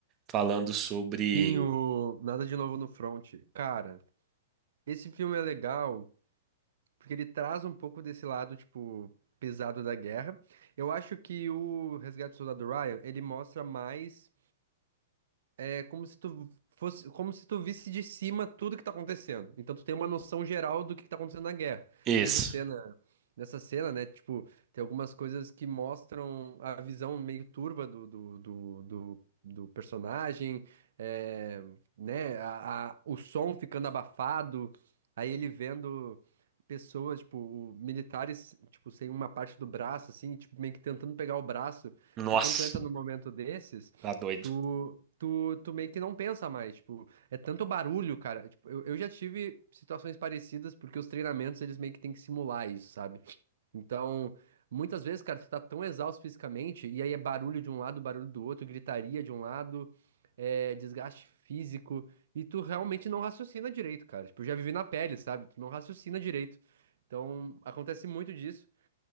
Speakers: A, on the right (about 30°); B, on the right (about 70°).
A: Falando sobre
B: Sim, o Nada de Novo no Front. Cara, esse filme é legal. Porque ele traz um pouco desse lado, tipo, pesado da guerra. Eu acho que o Resgate do Soldado Ryan, ele mostra mais é como se tu fosse, como se tu visse de cima tudo que tá acontecendo. Então tu tem uma noção geral do que tá acontecendo na guerra.
A: isso.
B: Nessa cena, nessa cena, né, tipo, tem algumas coisas que mostram a visão meio turva do, do, do, do, do personagem, é, né, a, a- o som ficando abafado, aí ele vendo pessoas, tipo, o- militares, tipo, sem uma parte do braço, assim, tipo, meio que tentando pegar o braço,
A: Nossa,
B: porque quando tu entra num momento desses,
A: tá doido.
B: Tu, tu, tu meio que não pensa mais, tipo, é tanto barulho, cara. Tipo, eu, eu já tive situações parecidas, porque os treinamentos eles meio que têm que simular isso, sabe? Então, muitas vezes, cara, tu tá tão exausto fisicamente, e aí é barulho de um lado, barulho do outro, gritaria de um lado, é, desgaste físico, e tu realmente não raciocina direito, cara. Tipo, eu já vivi na pele, sabe? Tu não raciocina direito. Então, acontece muito disso.